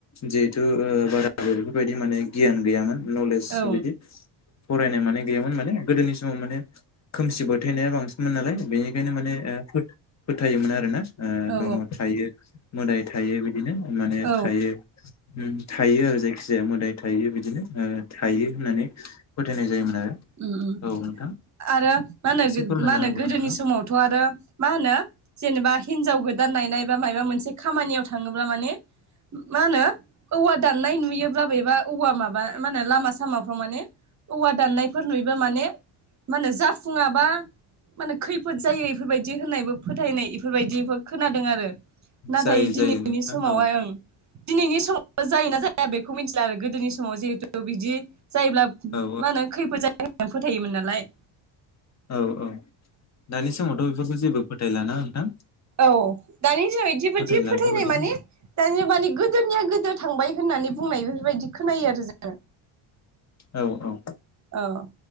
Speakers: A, on the left (about 35°); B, on the right (about 35°).
A: जिहेथु बारा आरो बेफोरबायदि माने गियान गैयामोन नलेज
B: औ
A: बिदि फरायनाय माने गैयामोन माने गोदोनि सम समाव माने खोमसि बोथायनाया बांसिनमोन नालाय बेनिखायनो माने फोथायोमोन आर ना
B: औ
A: दङ थायो मोदाय थायो बिदिनो माने
B: औ
A: थायो थायो आरो जायखि जाया मोदाय थायो बिदिनो थायो होननानै फोथायनाय जायोमोन।
B: उम उम
A: औ नोंथां
B: आरो मा होनो
A: एसे फोरमायना
B: मा होनो
A: होबावदो
B: गोदोनि
A: नोंथाङा
B: समावथ' आरो मा होनो जेनेबा हिनजाव गो दान नायनाय बा माबा मोनसे खामानियाव थाङोब्ला माने मा होनो औवा दाननाय नुयोब्लाबोबा औवा माबा म होने लामा सामाफ्राव माने औवा दाननायफोर नुयोबा माने मा होनो जाफुङाबा माने खैफोद जायो इफोरबायदि होननायबो फोथायनाय इफोरबायदिफोर खोनादों आरो नाथाय
A: जायो जायो
B: दिनैनि
A: नोंथां
B: समावहाय
A: औ
B: ओं दिनैनि समाव जायो ना जाया बेखौ मिथिला आरो गोदोनि समाव जिहेथु बिदि जायोब्ला
A: औ
B: मा होनो खैफोद जायो होननानै फोथायोमोन नालाय
A: औ औ दानि समावथ' बेफोरखौ जेबो फोथायला ना नोंथां
B: औ दानि दिनाव बिदिबायदि
A: फोथायला
B: फोथायनाय
A: बेफोरबायदि
B: माने दानिया माने गोदोनिया गोदो थांबाय होननानै बुंनाय बेफोरबायदि खोनायो आरो जोङो
A: औ औ
B: औ